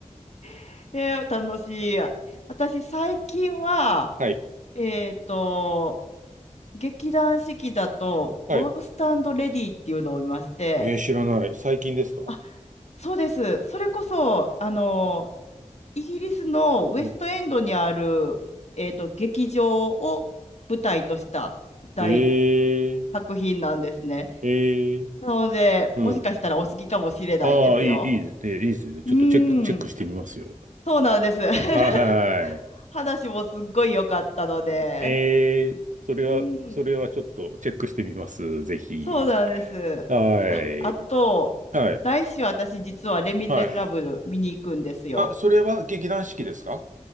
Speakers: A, on the left; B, on the right.
A: <laughs> えー楽しい。私、最近は、
B: はい。
A: えっと、劇団四季だと、
B: はい。
A: ゴーストレディっていうのを見まして、
B: えー、知らない。最近ですか
A: あ、そうです。それこそ、あの、イギリスのウェストエンドにある、
B: うん
A: えーと、劇場を舞台とした大
B: えー、
A: 作品なんですね。
B: えー。
A: なので、
B: うん。
A: もしかしたらお好きかもしれないですよ。
B: ああ、いい、いいですね。いいですね。ちょっとチェック、
A: うーん、
B: チェックしてみますよ。
A: そうなんです。<laughs>
B: はい。
A: 話もすっごい良かったので。
B: えー、それは、
A: うん、
B: それはちょっとチェックしてみます。ぜひ。
A: そうなんです。
B: はい。
A: あ、あと、
B: はい。
A: 来週私実はレ・ミゼラブル見に行くんですよ。
B: はい。あ、それは劇団四季ですか